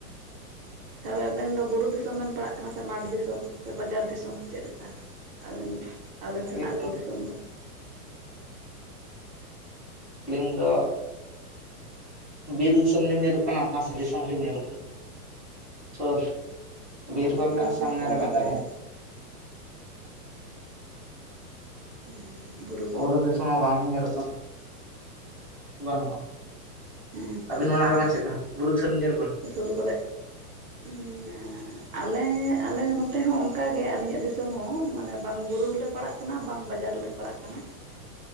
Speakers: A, on the right; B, in the centre.
A: ᱛᱚᱵᱮ ᱟᱵᱮᱱ ᱫᱚ ᱵᱩᱨᱩ ᱫᱤᱥᱚᱢ ᱵᱮᱱ ᱯᱟᱲᱟᱜ ᱠᱟᱱᱟ ᱥᱮ ᱢᱟᱴᱷ ᱫᱤᱥᱚᱢ ᱥᱮ ᱵᱟᱡᱟᱨ ᱫᱤᱥᱚᱢ ᱪᱮᱜ ᱞᱮᱠᱟ? ᱟᱵᱮᱱ ᱟᱵᱮᱱ ᱥᱮᱱᱟᱜ
B: ᱦᱳᱭ ᱟᱹᱞᱤᱧ
A: ᱟᱹᱛᱩ ᱫᱤᱥᱚᱢ ᱫᱚ?
B: ᱟᱹᱞᱤᱧ ᱫᱚᱼᱼ ᱵᱤᱨ ᱫᱤᱥᱚᱢ ᱞᱤᱧ ᱧᱩᱨᱩᱜ ᱠᱟᱱᱟ ᱜᱷᱟᱸᱥ ᱫᱤᱥᱚᱢ ᱦᱚᱸᱞᱤᱧ ᱧᱩᱨᱩᱜ ᱜᱮᱭᱟ, ᱥᱩᱨᱼᱼ
A: ᱚ
B: ᱵᱤᱨ ᱦᱚᱸ ᱢᱮᱱᱟᱜ-ᱟ ᱥᱟᱢᱱᱮ
A: ᱫᱤᱥᱚᱢ
B: ᱨᱮ ᱵᱟᱡᱟᱨ
A: ᱵᱮᱥ
B: ᱦᱚᱸ ᱢᱮᱱᱟᱜ-ᱟ᱾
A: ᱮᱸ ᱵᱩᱨᱩᱼᱼ
B: ᱵᱩᱨᱩ ᱫᱤᱥᱚᱢ ᱦᱚᱸ ᱵᱟᱝ ᱞᱤᱧ ᱧᱩᱨᱩᱜ ᱠᱟᱱᱟ᱾ ᱵᱟᱱᱩᱜ-ᱟ,
A: ᱦᱮᱸ ᱛᱚ
B: ᱟᱵᱤᱱ ᱚᱱᱟ ᱨᱮᱢᱟ ᱪᱮᱫᱟᱜ ᱵᱩᱨᱩ ᱫᱤᱥᱚᱢ ᱧᱩᱨᱩᱜ ᱠᱟᱱᱟ?
A: ᱥᱩᱨ ᱠᱚᱨᱮ ᱦᱩᱸ ᱮᱸᱻᱼᱼ ᱟᱞᱮ ᱟᱞᱮ ᱱᱚᱛᱮ ᱦᱚᱸ ᱚᱱᱠᱟ ᱜᱮ ᱟᱹᱞᱤᱧᱟᱜ ᱫᱤᱥᱚᱢ ᱦᱚᱸ ᱢᱟᱱᱮ ᱵᱟᱝ ᱵᱩᱨᱩ ᱞᱮ ᱯᱟᱲᱟᱜ ᱠᱟᱱᱟ ᱵᱟᱝ ᱵᱟᱡᱟᱨ ᱞᱮ ᱯᱟᱲᱟᱜ ᱠᱟᱱᱟ᱾